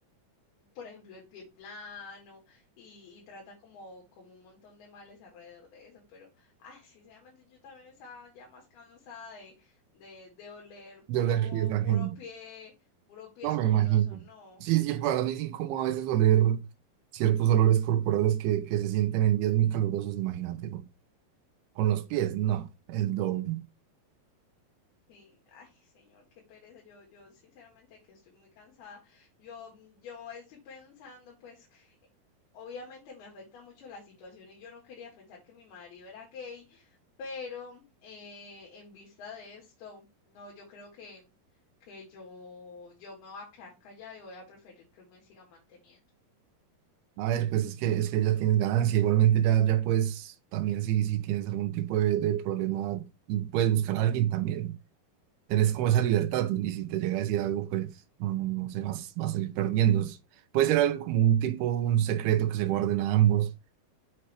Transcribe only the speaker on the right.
Yo le fui a la
gente,
no
me imagino.
Sí, sí, para mí es incómodo a veces oler ciertos olores corporales que, que se sienten en días muy calurosos, imagínate, con con los pies, no, el doble.
A ver, pues es que, es que ya tienes ganancia, igualmente ya, ya puedes, también si, si tienes algún tipo de, de problema, y puedes buscar a alguien también, tenés como esa libertad ¿no? y si te llega a decir algo, pues no, no, no sé, vas, vas a ir perdiendo. Es- Puede ser algo como un tipo, un secreto que se guarden a ambos.